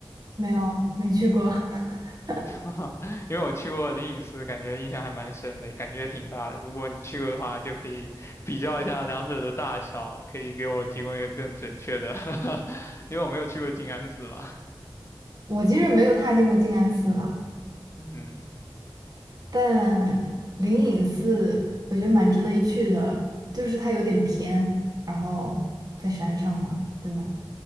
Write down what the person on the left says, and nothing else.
哈哈因为我去过灵隐寺，感觉印象还蛮深的，感觉也挺大的。如果你去过的话，就可以 <laughs> 比较一下两者的大小，可以给我提供一个更准确的，<laughs> 因为我没有去过静安寺嘛。
嗯，